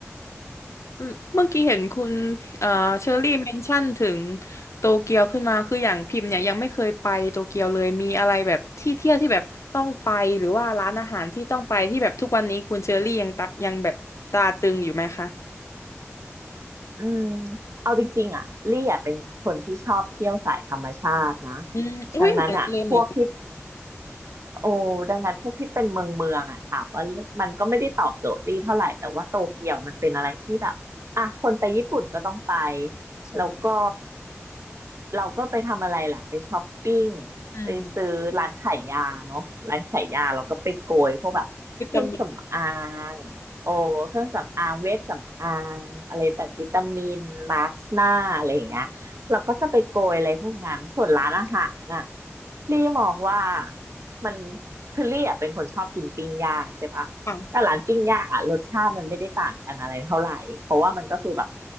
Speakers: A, on the left; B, on the right.
A: อืมเมื่อกี้เห็นคุณเอ่อเชอรี่เมนชั่นถึงโตเกียวขึ้นมาคืออย่างพิมพ์เนี่ยยังไม่เคยไปโตเกียวเลยมีอะไรแบบที่เที่ยวที่แบบต้องไปหรือว่าร้านอาหารที่ต้องไปที่แบบทุกวันนี้คุณเชอรี่ยังตะยังแบบตราตรึงอยู่ไหมคะ
B: อืมเอาจริงๆอ่ะลี่อ่ะเป็นคนที่ชอบเที่ยวสายธรรมชาตินะ
A: อืมอุ้ยเหมือนกันเลยเหมือนกัน
B: ดังนั้นอ่ะพวกที่ โอ้ดังนั้นพวกที่เป็นเมืองเมืองอะถามว่ามันก็ไม่ได้ตอบโจทย์ลี่เท่าไหร่แต่ว่าโตเกียวมันเป็นอะไรที่แบบอ่ะคนไปญี่ปุ่นก็ต้องไป
A: ใช่
B: แล้วก็เราก็ไปทำอะไรล่ะไปช้อปปิ้ง
A: อืม
B: ไปซื้อร้านขายยาเนาะร้านขายยาเราก็ไปโกยพวกแบบเครื่องสำอา
A: วิตามิน
B: งโอ้เครื่องสำอางเวชสำอางอะไรต่างวิตามินมาสก์หน้าอะไรอย่างเงี้ยเราก็จะไปโกยอะไรพวกนั้นส่วนร้านอาหารน่ะลี่มองว่า มันคือลี่อะเป็นคนชอบกินปิ้งย่างใช่ปะแต่ร้านปิ้งย่างอะรสชาติมันไม่ได้ต่างกันอะไรเท่าไหร่เพราะว่ามันก็คือแบบ
A: ปัง